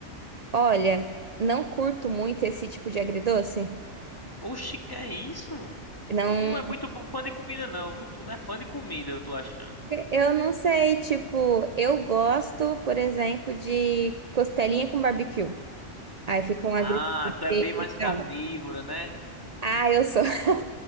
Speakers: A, on the right; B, on the left.
A: Olha, não curto muito esse tipo de agridoce.
B: Oxi, que é isso?
A: Não.
B: Tu não é muito bo- fã de comida não, viu? Tu não é fã de comida, eu tô achando.
A: Eu não sei, tipo, eu gosto, por exemplo, de costelinha com barbecue. Aí fica um agridoce
B: Ah, tu é bem
A: legal.
B: mais carnívoro, né?
A: Ah, eu sou, <laughs>